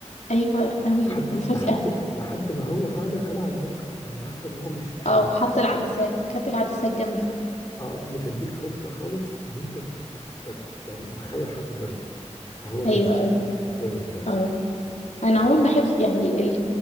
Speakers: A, on the left; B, on the left.
A: أيوة أوي
B: لحد
A: مفاجأة
B: <laughs> لحد لحد ما هو فعلا قلع الماسك يعني عارفه ان هو مش مش
A: اه
B: هيبقى
A: وحط العدسات وكانت العدسات جامدة
B: اه مش هديك فرصه خالص ان انت تت- يعني تتخيل حتى ان انا فهو
A: ايوه
B: جامد
A: ايوه
B: جامد بجد
A: اه انا
B: تخيل.
A: عموما بحب يعني